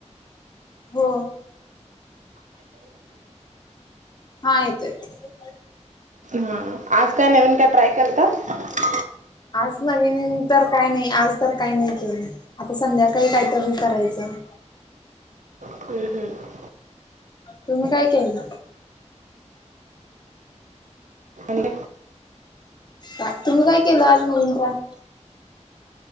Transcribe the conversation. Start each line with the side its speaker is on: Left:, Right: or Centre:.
Left: हो हा येते येते.
Right: हा आज काय नवीन काय ट्राय केलतात?
Left: आज नवीन तर काय नाही आज तर काय नाही केलं आता संध्याकाळी काही कायतरी करायचं.
Right: हम्म हम्म.
Left: तुम्ही काय केलं?
Right: अंड
Left: का तुम्ही काय केला आज नवीन ट्राय?